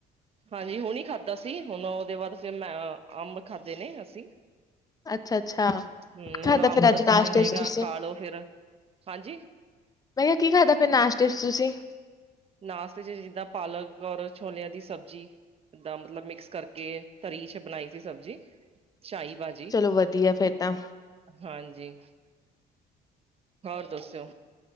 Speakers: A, on the right; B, on the left.
A: ਹਾਂਜੀ, ਹੁਨ ਈ ਖਾਧਾ ਸੀ। ਹੁਣ ਔਦੇ ਬਾਅਲਦ ਫੇਰ, ਮੈਂ ਅੰਬ ਖਾਧੇ ਨੇ ਅਸੀ।
B: ਅੱਛਾ ਅੱਛਾ
A: ਹੂੰ,
B: ਕੀ ਖਾਧਾ
A: ਹੁਣ ਅੰਬ
B: ਫਿਰ ਅੱਜ
A: ਦਾ
B: ਨਾਸ਼ਤੇ
A: ਸੀਜਨ ਹੈਗਾ
B: 'ਚ ਤੁਸੀਂ
A: ਖਾ ਲੋ ਫੇਰ। ਹਾਂਜੀ।
B: ਮੈਂ ਕਿਹਾ ਕੀ ਖਾਧਾ ਫਿਰ ਨਾਸ਼ਤੇ ਚ ਤੁਸੀ?
A: ਨਾਸ਼ਤੇ ਚ ਜਿੱਦਾਂ ਪਾਲਕ ਔਰ ਛੋਲਿਆਂ ਦੀ ਸਬਜ਼ੀ। ਦਾ ਮਤਲਵ ਮਿਕਸ ਕਰਕੇ ਤਰੀ ਚ ਬਨਾਈ ਸੀ ਸਬਜ਼ੀ। ਸ਼ਾਹੀ ਭਾਜੀ
B: ਚਲੋ ਵਧੀਆ ਫੇਰ ਤਾਂ।
A: ਹਾਂਜੀ। ਔਰ ਦੱਸੋ?